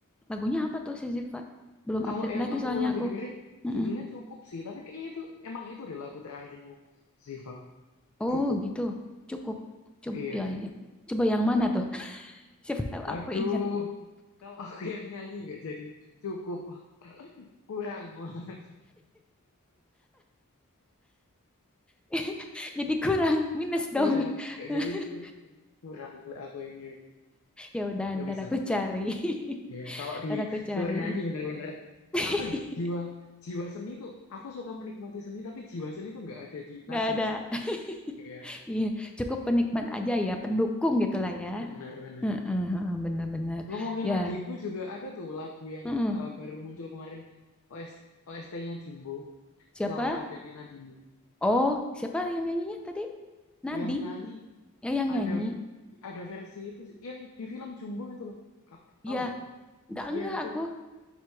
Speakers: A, in the centre; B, on the left (about 75°).
A: lagunya apa tuh si Ziva? Belum
B: Kalau
A: update
B: yang
A: lagi
B: aku
A: soalnya
B: lagi
A: aku.
B: dengerin
A: Mm-mm.
B: judulnya Cukup sih, tapi kayaknya itu emang itu deh lagu terakhirnya Ziva.
A: Oh
B: Cukup.
A: gitu, cukup. Coba
B: Iya.
A: ya, ya. Coba yang mana tuh? <laughs> Siapa tahu
B: Waduh.
A: aku inget.
B: Kalau <laughs> aku yang nyanyi nggak jadi cukup, kurang. <laughs>
A: <laughs> Jadi kurang minus dong.
B: Iya, nggak
A: <laughs>
B: jadi cukup jadi kurang oleh aku yang nyanyi.
A: Ya udah,
B: Nggak
A: ntar
B: bisa.
A: aku cari. <laughs>
B: Iya, kalau disuruh
A: Ntar aku cari.
B: nyanyi bener-bener
A: <laughs>
B: apa ya jiwa jiwa seni tuh aku suka menikmati seni tapi jiwa seni tuh nggak ada di nadiku.
A: Gak ada. <laughs>
B: Iya,
A: Iya, cukup penikmat aja ya, pendukung gitulah ya.
B: benar-benar.
A: Heeh, heeh, Bener-bener.
B: Ngomongin
A: Ya,
B: adikku juga ada tuh lagu yang
A: heeh.
B: eh, baru muncul kemarin OS, OST-nya Jumbo
A: Siapa?
B: selalu ada di nadimu.
A: Oh, siapa yang nyanyinya tadi? Nadi,
B: Yang nyanyi
A: ya yang
B: ada
A: nyanyi.
B: ada versi itu sih, yang di film Jumbo itu loh. Kak, tahu
A: Ya,
B: nggak?
A: nggak
B: Iya
A: ngeh
B: itu
A: aku.